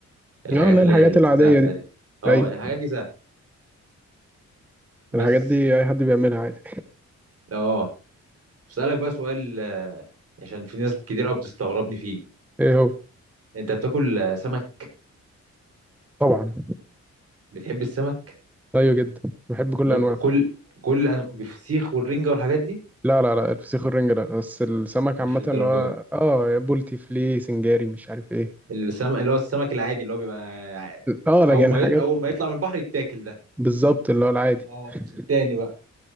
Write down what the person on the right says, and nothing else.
الحاجات
اللي
هي السهله
دي اه
الحاجات دي سهله بس
اه اسالك بقى سؤال آه، عشان في ناس كتير قوي بتستغربني فيه
انت بتاكل آه، سمك
بتحب السمك
ب...
كل كل أن- بفسيخ والرنجة والحاجات دي
مش
الدرجات
دي.
السم... اللي هو السمك العادي اللي هو بيبقى ع-
اول ما
ي... اول ما يطلع من البحر يتاكل ده
اه
مش التاني بقى